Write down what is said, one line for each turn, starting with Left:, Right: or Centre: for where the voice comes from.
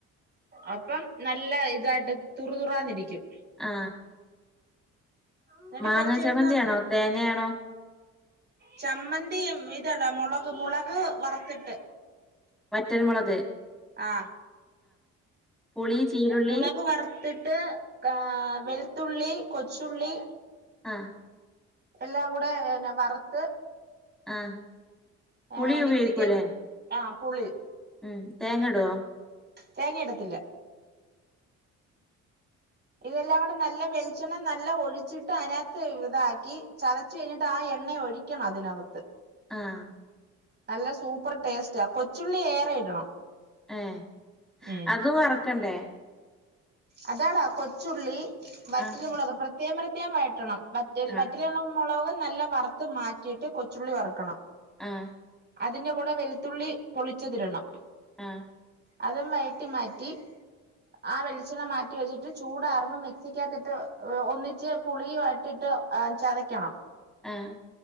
Right: അപ്പം നല്ല ഇതായിട്ട് തുറുതുറാന്നിരിക്യും
Centre: ആ
Right: എന്നിട്ട്
Centre: മാങ്ങ
Right: കൊറച്ച് കഴിയുമ്പോ
Centre: ചമ്മന്തിയാണോ
Right: നമ്മ-
Centre: തേങ്ങെണോ
Right: ചമ്മന്തി ഇതടാ മൊളക് മുളക് വറത്തിട്ട്
Centre: വറ്റൽ മൊളക്
Right: ആഹ്
Centre: പുളി ചീരുള്ളി
Right: മുളക് വറുത്തിട്ട് ട്ട് ആ വെൾത്തുള്ളി കൊച്ചുള്ളി
Centre: ആഹ്
Right: എല്ലാകൂടെ എന്നാ വറുത്ത്
Centre: ആഹ് പുളി
Right: ആഹ്
Centre: ഉപയോഗിക്കൂലേ
Right: മാക്സിക്കാ ആഹ് പുളി
Centre: ഉം തേങ്ങടോ
Right: തേങ്ങ ഇടത്തില്ല ഇതെല്ലാം കൂടെ നല്ല വെൾച്ചെണ്ണ നല്ലോ ഒഴിച്ച്ട്ട് ഐനകത്ത് ഇതാക്കി ചതച്ച് കഴ്ഞ്ഞ്ട്ട് ആ എണ്ണ ഒഴി ക്യണം അതിനകത്ത്
Centre: ആഹ്
Right: നല്ല സൂപ്പർ ടേസ്റ്റാ കൊച്ചുള്ളി ഏറെ ഇടണം
Centre: ഏഹ്
Right: ഉം
Centre: അതും വറക്കണ്ടേ
Right: അതാടാ കൊച്ചുള്ളി വറ്റല്
Centre: ആഹ്
Right: മുളക് പ്രത്യേകം പ്രത്യേകം വഴറ്റണം വറ്റൽ വറ്റില്
Centre: ആഹ്
Right: പർഞ്ഞ മൊളക് നല്ല വറ്ത്ത് മാറ്റീട്ട് കൊച്ചുള്ളി വറ്ക്കണം
Centre: ആഹ്
Right: അതിന്റെ കൂടെ വെളുത്തുള്ളി പൊള്ളിച്ചതിടണം
Centre: ആഹ്
Right: അതും വയട്ടി മാറ്റി ആ വെള് ച്ചണ്ണ മാറ്റി വെച്ച്ട്ട് ചൂടാറ്മ്പോ മിക്സിക്കകത്തിട്ട് ഒന്നിച്ച് പുളിയു ആയിട്ട്ട്ട് ചതക്കണം
Centre: ആഹ്